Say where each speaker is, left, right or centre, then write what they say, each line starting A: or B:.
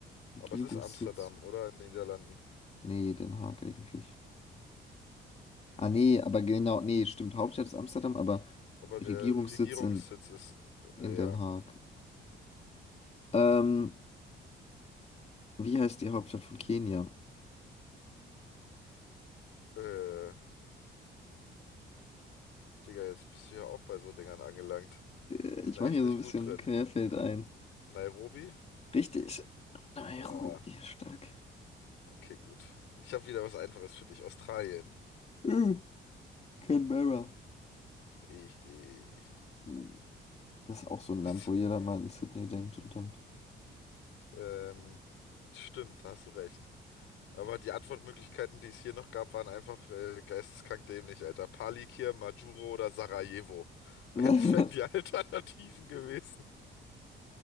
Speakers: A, on the left; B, on the left.
A: Regierungssitz?
B: Aber es ist Amsterdam, oder? In den Niederlanden.
A: Nee, Den Haag eigentlich. Ah, nee, aber genau, nee, stimmt. Hauptstadt ist Amsterdam, aber
B: Aber
A: Regierungssitz
B: der Regierungssitz
A: in,
B: ist,
A: in
B: äh,
A: Den
B: ja.
A: Haag. Ähm, wie heißt die Hauptstadt von Kenia?
B: Äh, Digga, jetzt bist du ja auch bei so Dingern angelangt.
A: Äh,
B: Ich bin
A: Ich
B: da
A: mache
B: echt
A: hier
B: nicht
A: so ein bisschen
B: gut drin.
A: Querfeld ein.
B: Nairobi?
A: Richtig. Nairobi,
B: Ah.
A: stark.
B: Okay, gut. Ich habe wieder was Einfaches für dich. Australien.
A: Äh, Canberra.
B: Richtig.
A: Hm, Das ist auch so ein Land,
B: <laughs>
A: wo jeder mal an Sydney denkt und dann.
B: Ähm, stimmt, da hast du recht. Aber die Antwortmöglichkeiten, die es hier noch gab, waren einfach äh, geisteskrank dämlich, Alter. Palikir, Majuro oder Sarajevo. <laughs> Wären
A: <laughs>
B: wären die Alternativen gewesen.